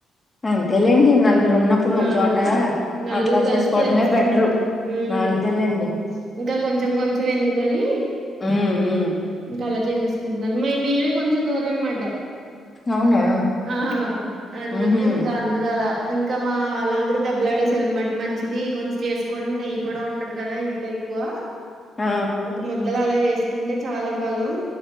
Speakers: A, on the left; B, on the right.
A: అంతేలేండి నలుగురు ఉన్నప్పుడు
B: నా
A: ఒకచోట
B: నలుగురు
A: అట్లా
B: కలిసి
A: చేసుకోవడమే
B: చేసేసుకుంటున్నారు
A: బెటరు
B: హ్మ్
A: ఆ అంతేలెండి
B: ఇంకా కొంచెం కొంచెం ఎందుకని
A: హ్మ్ హ్మ్
B: ఇంకా అలా చేసేసుకుంటున్నారు మ మేమే కొంచెం దూరం అన్నమాట
A: అవునా
B: ఆ అందుకు
A: ఉహూ
B: అందరు అలా ఇంకా మా వాళ్ళ అందరు దెబ్బలాడేసారు అన్నమాట మంచిది కొంచెం చేసుకోని నెయ్యి కూడా ఉంటది కదా లైక్కువ
A: ఆ
B: ఒక ముద్దల అలా వేసుకుంటే చాలా బలం